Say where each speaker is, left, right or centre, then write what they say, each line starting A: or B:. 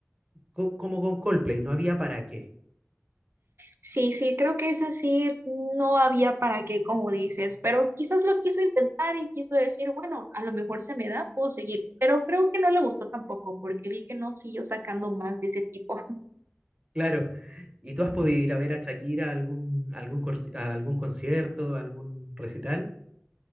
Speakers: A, on the right; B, on the right.
A: co- como con Coldplay, no había para qué.
B: Sí, sí, creo que es así, no había para qué, como dices, pero quizás lo quiso intentar y quiso decir, bueno, a lo mejor se me da, puedo seguir, pero creo que no le gustó tampoco, porque vi que no siguió sacando más de ese tipo. <laughs>
A: Claro. ¿Y tú has podido ir a ver a Shakira a algún, algún, cor- a algún concierto, a algún recital?